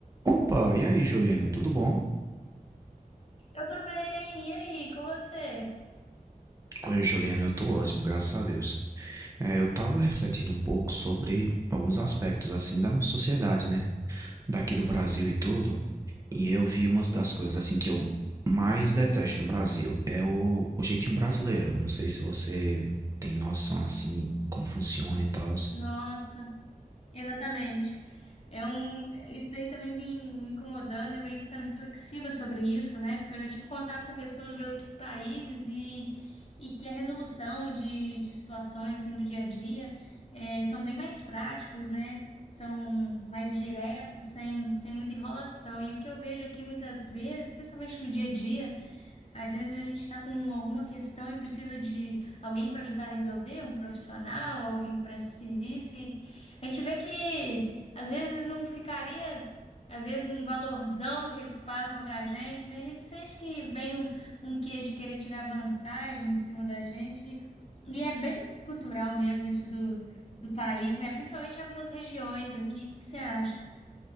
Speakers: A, on the right (about 20°); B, on the left (about 45°).
A: Opa, e aí, Juliana, tudo bom?
B: Eu tô bem. E aí, com você?
A: Oi, Juliana, eu tô ótimo, graças a Deus. É, eu tava refletindo um pouco sobre alguns aspectos, assim, da nossa sociedade, né? Daqui do Brasil e tudo. E eu vi uma das coisas, assim, que eu mais detesto no Brasil é o, o jeitinho brasileiro. Não sei se você tem noção, assim, como funciona e tal.
B: Nossa, exatamente. É um, isso daí também vem me incomodando, eu venho ficando reflexiva sobre isso, né? Porque eu já tive contato com pessoas de outros países e, e que a resolução de, de situações assim do dia a dia eh, são bem mais práticos, né? São mais diretos, sem, sem muita enrolação. E o que eu vejo aqui muitas vezes, principalmente no dia a dia, Às vezes a gente está com alguma questão e precisa de alguém para ajudar a resolver, um profissional, alguém que presta serviço. E a gente vê que às vezes não ficaria, às vezes, num valorzão que eles passam para a gente, né? A gente sente que vem um, um quê de querer tirar vantagem em cima da gente. E é bem cultural mesmo isso do, do país, né? Principalmente em algumas regiões aqui. O que que você acha?